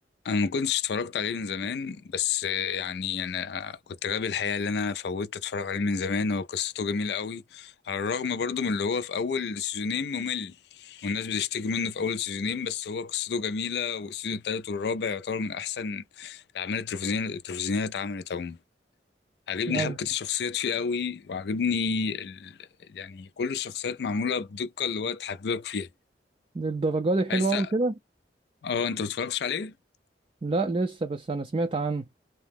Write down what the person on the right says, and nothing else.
ايوه
للدرجة دي
حلوة
أوي كده
لا لسه بس أنا سمعت عنه